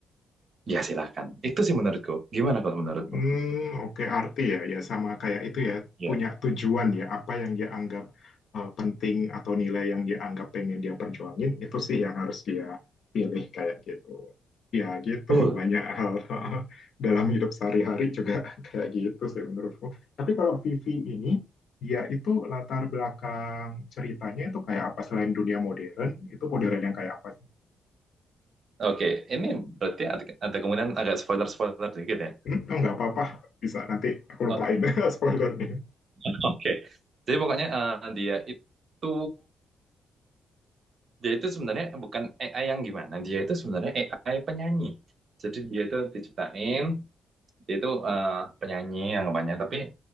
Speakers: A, on the right; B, on the left.
A: ya silahkan itu sih menurutku gimana kalau menurutmu
B: Hmm, oke, arti ya, ya sama kayak itu ya,
A: ya
B: punya tujuan ya, apa yang dia anggap eh, penting atau nilai yang dia anggap pengen dia perjuangin, itu sih yang harus dia pilih kayak gitu. Ya gitu,
A: betul
B: <laughs> banyak hal <laughs> dalam hidup sehari-hari juga <laughs> kayak gitu sih menurutku. Tapi kalau Vivi ini, dia itu latar belakang ceritanya itu kayak apa selain dunia modern, itu modern yang kayak apa sih?
A: Oke, ini berarti ada, ada kemungkinan agak spoiler-spoiler sedikit ya.
B: Hmm, oh, nggak apa-apa, bisa nanti aku
A: Oke,
B: lupain <laughs> spoiler nih.
A: Oke, jadi pokoknya eh, dia itu dia itu sebenarnya bukan AI yang gimana, dia itu sebenarnya AI penyanyi. Jadi dia itu diciptain, dia itu eh, penyanyi yang banyak, tapi